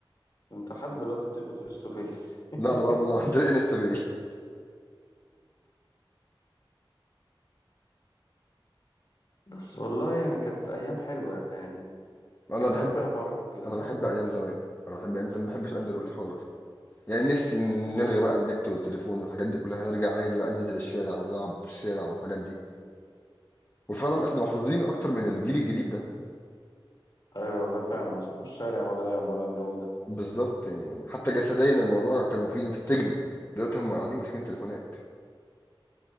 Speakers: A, on the left; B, on the left.
A: أنت لحد دلوقتي بتقبض فيس تو فيس <laughs>
B: لا انا بقبض عن طريق انستا باي
A: بس والله يعني كانت أيام حلوة يعني
B: <laughs> انا
A: كانت
B: بحب
A: أيام فيها بركة كده
B: انا
A: فاهم؟
B: بحب ايام زمان انا بحب ايام زمان ما بحبش ايام
A: مم.
B: دلوقتي خالص يعني نفسي نلغي بقى النت والتليفون والحاجات دي كلها هنرجع عادي بقى ننزل الشارع ونلعب في الشارع والحاجات دي وفعلا احنا محظوظين اكتر من الجيل الجديد ده
A: أيوة والله فعلا ما شافوش شارع ولا لعب ولا الجو ده
B: بالظبط يعني حتى جسديا الموضوع كان مفيد انت بتجري دلوقتي هم قاعدين ماسكين تليفونات